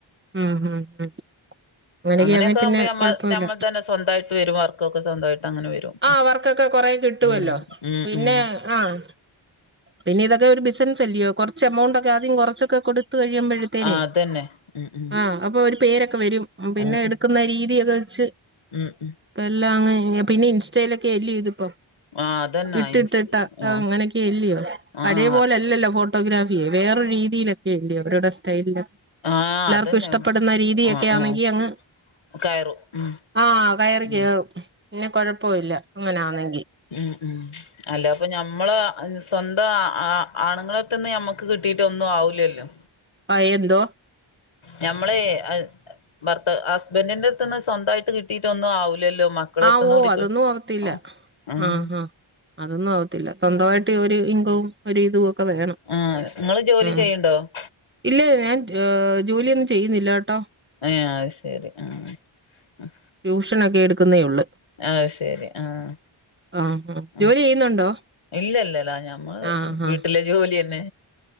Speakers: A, on the right (about 25°); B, on the left (about 80°).
A: ഉം ഉം ഉം അങ്ങനെയൊക്കെയാണെ
B: അങ്ങനെയൊക്കെ ആവുമ്പോ
A: പിന്നെ
B: ഞമ്മ
A: കൊഴപ്പവില്ല
B: ഞമ്മളതന്നെ സ്വന്തായിട്ട് വരും വർക്കൊക്കെ സ്വന്തായിട്ട് അങ്ങനെ വരും.
A: ആ വർക്കൊക്കെ കൊറേ കിട്ടുവല്ലോ
B: ഉം ഉം
A: പിന്നെ
B: ഉം
A: ആഹ് പിന്നെ ഇതൊക്കെ ഒരു ബിസിനസ് അല്ലയോ കുറച്ച് എമൗണ്ട് ഒക്കെ ആദ്യം കുറച്ചൊക്കെ കൊടു ത്ത് കഴിയുമ്പഴത്തേനെ
B: ആഹ് അതന്നെ ഉം ഉം
A: ആ അപ്പൊഒരു പേരൊക്കെ വരും പിന്നെ
B: ഉം
A: എടുക്കുന്ന രീതിയൊക്കെ വെച്ച്
B: ഉം ഉം
A: ഇപ്പൊ എല്ലാംങ്ങ് പിന്നെ ഇൻസ്റ്റയിലൊക്കെ എല്ല്യോ ഇതിപ്പോ
B: ആഹ് അതന്നെ
A: ഇട്ടിട്ടിട്ട്
B: ഇൻസ്റ്റ ആഹ്
A: അങ്ങനെയൊക്കെഅ ല്ല്യോ പഴയപോലെയ
B: ആഹ്
A: ല്ലല്ലോ ഫോട്ടോഗ്രാഫിയെ വേറൊരു രീതിയിലൊക്കെ എല്ല്യോ അവരുടെ സ്റ്റൈലില്
B: ആഹ്
A: എല്ലാവർക്കും
B: അതന്നെ
A: ഇഷ്ടപ്പെടുന്ന രീതിയൊക്കെ
B: ആഹ്
A: ആണെങ്കി
B: ആഹ്
A: അങ്ങ്
B: കയറും ഉം
A: ആഹ് കയറി
B: ഉം
A: കേറും പിന്നെ കുഴപ്പോംല്ല അങ്ങനാന്നെ
B: ഉം ഉം അല്ലാപ്പൊ ഞമ്മള് അനുസ് സ്വന്തം ആ ആ ആ ആണുങ്ങളെട്ത്തന്ന് ഞമ്മക്ക് കിട്ടീട്ട് ഒന്നും ആവൂലല്ലോ
A: പയേന്തോ
B: ഞമ്മളെ അഹ് ഭർത്ത ഹസ്ബൻഡിന്റെ അടുത്ത്ന്ന് സ്വന്തമായിട്ട് കിട്ടീട്ടൊന്നും ആവൂ ലല്ലോ മക്കളട്ത്തുന്നുങ്കൂടി
A: ആഹ് ഓ അതൊന്നും
B: കി
A: ആവത്തില്ല
B: ആഹ് ഉം
A: ആഹ് ആഹ് അതൊന്നും ആവത്തില്ല സ്വന്തമായിട്ട് ഒരു ഇൻകവും ഒരു ഇതും ഒക്കെ വേണം
B: ആ നിങ്ങള് ജോലി
A: ആഹ്
B: ചെയ്യണ്ടോ? ഒ
A: ഇല്ല ഞാൻ ഏ ജോലിയൊന്നും ചെയ്യുന്നില്ല ട്ടോ.
B: ഏ അത് ശരി ആഹ് ആഹ്
A: ട്യൂഷനൊക്കെ എടുക്കു ന്നേഒള്ള്
B: അത് ശരി ആഹ്
A: ആഹ് ആഹ്
B: ഉം
A: ജോലി ചെയ്യുന്നുണ്ടോ
B: ഇല്ലല്ലല്ല അത് ഞമ്മള്
A: ആഹ്
B: വീട്ടിലെ
A: ആഹ്
B: ജോലിയ ല്ലെ